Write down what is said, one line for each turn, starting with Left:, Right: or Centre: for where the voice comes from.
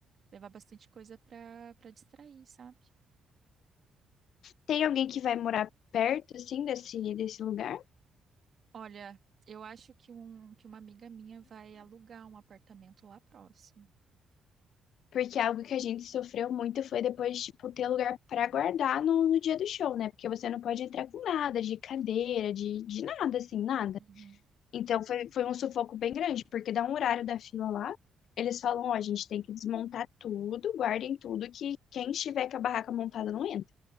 Right: levar bastante coisa pra, pra distrair, sabe?
Left: Tem alguém que vai morar perto, assim, desse, desse lugar?
Right: Olha, eu acho que, um, que uma amiga minha vai alugar um apartamento lá próximo.
Left: Porque algo que a gente sofreu muito foi depois, tipo, ter lugar pra guardar no, no dia do show, né? Porque você não pode entrar com nada, de cadeira, de, de nada, assim, nada.
Right: Uhum.
Left: Então foi, foi um sufoco bem grande, porque dá um horário da fila lá, eles falam, ó, a gente tem que desmontar tudo, guardem tudo, que quem estiver com a barraca montada não entra.